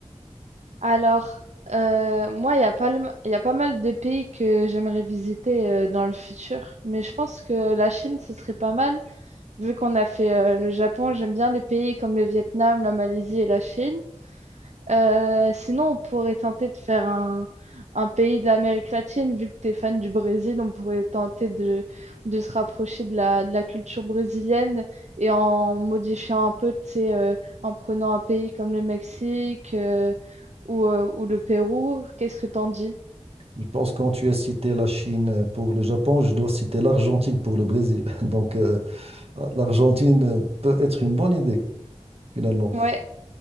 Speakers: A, on the right; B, on the right.
A: Alors, euh, moi, il y a pas, le- il y a pas mal de pays que j'aimerais visiter euh, dans le futur, mais je pense que la Chine, ce serait pas mal, vu qu'on a fait euh, le Japon. J'aime bien les pays comme le Vietnam, la Malaisie et la Chine. Euh, sinon, on pourrait tenter de faire un, un pays d'Amérique latine, vu que tu es fan du Brésil, on pourrait tenter de, de se rapprocher de la, de la culture brésilienne et en modifiant un peu, tu sais, euh, en prenant un pays comme le Mexique euh, ou, euh, ou le Pérou. Qu'est-ce que t'en dis?
B: Je pense que quand tu as cité la Chine pour le Japon, je dois citer l'Argentine pour le Brésil. <laughs> Donc, euh, L'Argentine peut être une bonne idée, finalement.
A: Ouais,